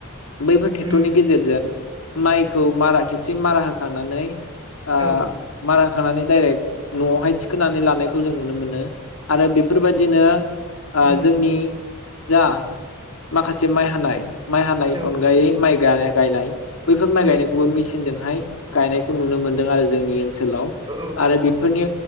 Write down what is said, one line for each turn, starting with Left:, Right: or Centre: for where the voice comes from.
Left: बैफोर ट्रेक्टरनि
Right: उम
Left: गेजेरजों माइखौ मारा खेबसे मारा होखांनानै आ
Right: औ
Left: मारा थांनानै दाइरेक्ट न'आवहायथिखोना लानायखौ जों नुनो मोनो। आरो बेफोरबायदिनो ओ
Right: उम
Left: जोंनि जा माखासे माइ हानाय माइ हानाय
Right: औ
Left: अनगायै माइ गारा गायनाय बैफोर माइ
Right: उम
Left: गायनायखौबो मि जोंहाय गायनायखौ नुनो मोनदों आरो जोंनि ओनसोलाव
Right: औ
Left: आरो बेफोरनि